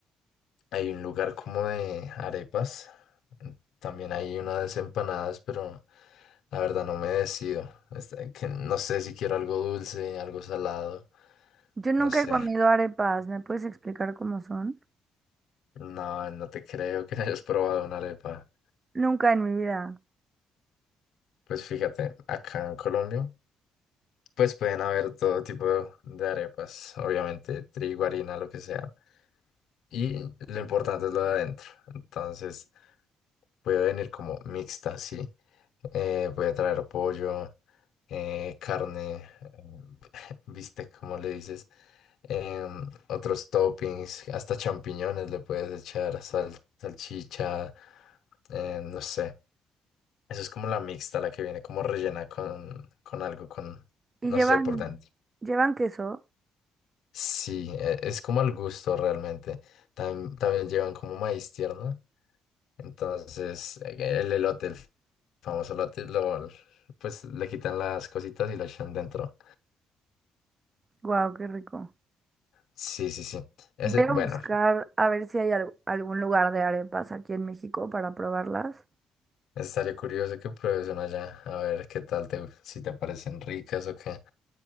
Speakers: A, on the left; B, on the right.
A: Hay un lugar como de arepas. También hay unas empanadas, pero la verdad no me decido. Este, que no sé si quiero algo dulce, algo salado.
B: Yo nunca
A: No sé.
B: he comido arepas, ¿me puedes explicar cómo son?
A: No, no te creo que <laughs> hayas probado una arepa.
B: Nunca en mi vida.
A: Pues fíjate, acá en Colombia, pues pueden haber todo tipo de arepas, obviamente, trigo, harina, lo que sea. Y lo importante es lo de adentro. Entonces, puede venir como mixta, sí. Eh, puede traer pollo. eh, carne, eh, <laughs> bistec, como le dices, em, otros toppings, hasta champiñones le puedes echar, sal- salchicha, eh, no sé. Eso es como la mixta, la que viene como rellena con, con algo, con,
B: Y
A: no
B: llevan,
A: sé, por dentro.
B: llevan queso.
A: Sí, e- es como al gusto realmente. Tam- también llevan como maíz tierno. Entonces, eh, el elote, el famoso elote, lo, pues le quitan las cositas y lo echan dentro.
B: Guau, qué rico.
A: Sí, sí, sí. Ese,
B: Voy a
A: bueno,
B: buscar a ver si hay al- algún lugar de arepas aquí en México para probarlas.
A: estaría curioso que pruebes una allá, a ver qué tal te, si te parecen ricas o qué.